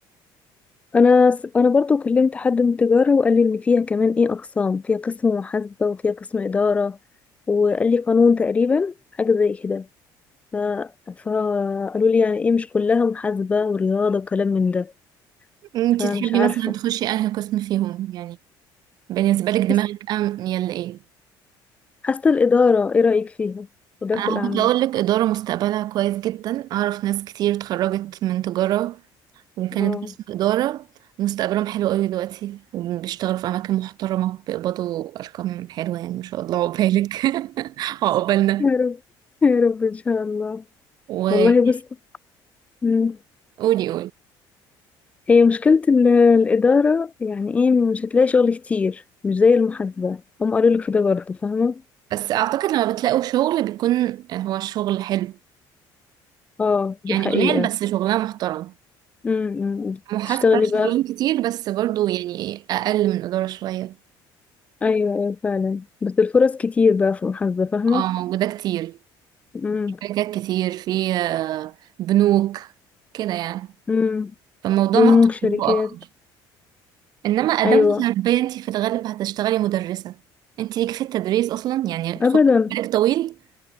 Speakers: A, on the left; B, on the right.
A: انا س- انا برضه كلمت حد من التجارة وقال لي ان فيها كمان ايه اقسام فيها قسم محاسبة وفيها قسم إدارة وقال لي قانون تقريبا حاجة زي كده ف... فقالوا لي يعني ايه مش كلها محاسبة ورياضة وكلام من ده
B: أنت
A: فمش
B: تحبي
A: عارفة
B: مثلا تخشي أنهي قسم فيهم يعني بالنسبة لك دماغك
A: بس
B: أم يلا إيه
A: حاسة الإدارة إيه رأيك فيها إدارة
B: أنا
A: الأعمال
B: كنت أقول لك إدارة مستقبلها كويس جدا أعرف ناس كتير اتخرجت من تجارة وكانت
A: آه
B: قسم إدارة مستقبلهم حلو قوي دلوقتي بيشتغلوا في أماكن محترمة بيقبضوا أرقام حلوة يعني ما شاء الله عقبالك <laughs> وعقبالنا
A: يا رب يا رب إن شاء الله
B: وقولي
A: والله بص مم.
B: قولي
A: هي مشكلة ال- الإدارة يعني إيه مش هتلاقي شغل كتير مش زي المحاسبة هم قالوا لك في ده برضه فاهمة
B: بس أعتقد لما بتلاقوا شغل بيكون هو الشغل حلو
A: آه دي
B: يعني
A: حقيقة
B: قليل بس شغلها محترم
A: امم
B: محاسبة
A: تشتغلي
B: شغلهم
A: بقى
B: كتير بس برضو يعني أقل من إدارة شوية
A: أيوة أيوة فعلا بس الفرص كتير بقى في المحاسبة فاهمة
B: اه موجودة كتير
A: امم
B: شركات كتير في آه، بنوك كده يعني
A: امم
B: فالموضوع
A: بنوك
B: مفتوح
A: شركات
B: لكم أكتر انما اداب
A: أيوة
B: غربيه انت في الغالب هتشتغلي مدرسه انت ليك في التدريس اصلا يعني
A: أبدا
B: خد بالك طويل